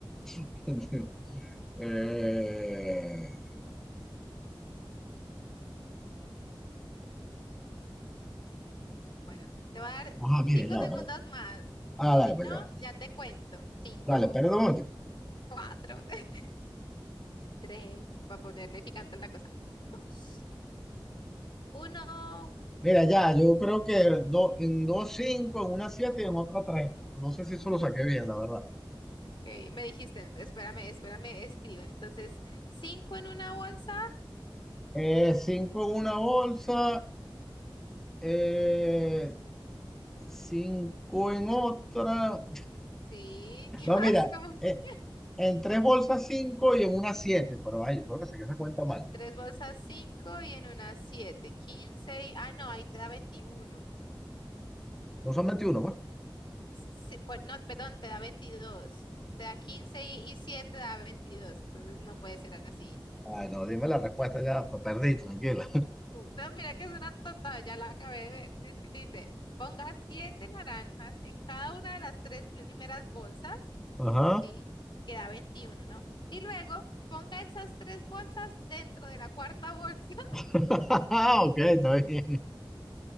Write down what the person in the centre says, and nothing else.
<laughs> Eh,
ah, mire,
ya
va. para-
Ah,
dale,
pues
ya va.
Dale, espera un momento.
Mira, ya,
yo creo que do- en dos cinco, en una siete y en otra tres. Pero no sé si eso lo saqué bien, la verdad.
Eh, cinco en una bolsa Eh, cinco en otra.
No,
mira,
eh, en tres bolsas cinco y en una siete. Pero ay, yo creo que se esa cuenta
mal.
No son veintiuno pues.
Ay, no, dime la respuesta ya, pues, perdí, tranquila.
Ajá.
<laughs> Ok, está bien.